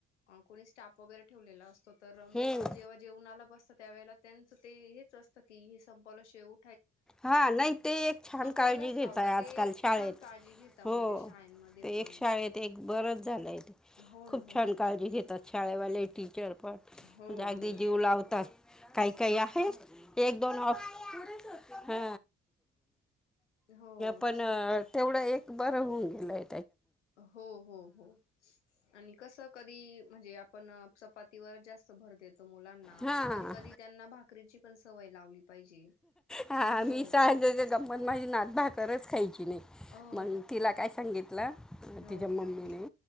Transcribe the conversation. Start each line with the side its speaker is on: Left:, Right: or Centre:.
Left: अ कोणी स्टाप वगैरे ठेवलेला अस तर मूलं
Centre: हम्म
Left: जेव्हा जेवणाला बस त्यावेळेला त्यांचं ते हेच असतं की हे संपवल्याशिवाय उ
Centre: हा नाही ते एक छान
Left: संपवायलाच
Centre: काळजी घेताय
Left: लावतात
Centre: आजकाल
Left: ते एक
Centre: शाळेत.
Left: छान काळजी घेता
Centre: हो
Left: म्हणजे शाळेंमध्ये
Centre: ते
Left: पण,
Centre: एक शाळेत एक बरंच झालं आहे ते
Left: हो
Centre: खूप
Left: ना हो ना.
Centre: छान काळजी घेतात शाळेवाले टी चरपट,
Left: हो
Centre: म्हणजे अगदी
Left: हो
Centre: जीव लावतात. काही काही आहे एक दोन ऑ हा अ
Left: हो
Centre: पण
Left: अच्छा
Centre: तेवढं एक. बरं होऊन गेलंय.
Left: हो हो हो आणि कस कधी म्हणजे अ पण चपातीवर जास्त भर देत. मुलांना
Centre: हां
Left: कधी-कधी त्यांना भाकरीची. पण सवय. लावली पाहिजे
Centre: हा
Left: हो
Centre: मी सज गंमत माझी नात भाकरच खायची नाही
Left: हो
Centre: मग तिला काय सांगितलं.
Left: हो हो
Centre: तिच्या मम्मीने